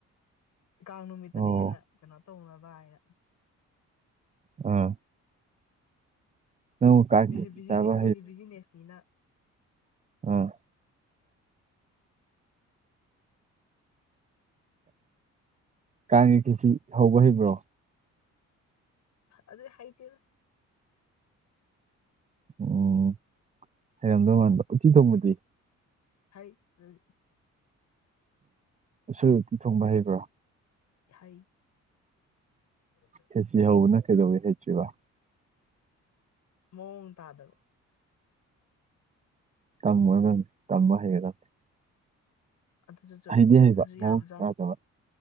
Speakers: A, on the left; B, on the right.
A: ꯀꯥꯡ ꯅꯨꯃꯤꯠꯇꯅ
B: ꯑꯣ
A: ꯍꯦꯟꯅ ꯀꯩꯅꯣ ꯇꯧꯅꯕ ꯍꯥꯏꯅ
B: ꯑꯥ ꯅꯪꯕꯨ ꯀꯥꯡ
A: ꯃꯤꯁꯨ
B: ꯈꯦꯆꯤ ꯆꯥꯕ
A: ꯃꯤꯁꯨ ꯕꯤꯖꯤꯅꯦꯁꯅꯤꯅ
B: ꯎꯝ ꯀꯥꯡꯒꯤ ꯈꯤꯁꯤ ꯍꯧꯕ ꯍꯩꯕ꯭ꯔꯣ
A: ꯑꯗꯨꯗꯤ ꯍꯩꯇꯦꯗ
B: ꯎꯝ ꯍꯩꯔꯝꯗꯧ ꯃꯥꯟꯕ ꯎꯇꯤ ꯊꯣꯡꯕꯗꯤ
A: ꯍꯩ ꯑꯗꯨꯗꯤ
B: ꯑꯁꯨꯣꯢ ꯎꯇꯤ ꯊꯣꯡꯕ ꯍꯩꯕ꯭ꯔꯣ
A: ꯍꯩ ꯎꯝ <inaudible>
B: ꯈꯦꯁꯤ ꯍꯧꯕꯅ ꯀꯩꯗꯧꯕꯩ ꯍꯩꯇ꯭ꯔꯤꯕ
A: ꯃꯑꯣꯡ ꯇꯥꯗꯕ
B: ꯇꯝꯃꯣ ꯃ ꯍꯥꯏꯒꯗꯝꯅꯦ
A: ꯑꯗꯨꯗꯨꯁꯨ
B: ꯍꯩꯗꯤ ꯍꯩꯕ
A: ꯑꯗꯨꯁꯨ
B: ꯃꯑꯣꯡ
A: ꯌꯥꯕꯖꯥꯠꯅꯤ
B: ꯇꯥꯗꯕ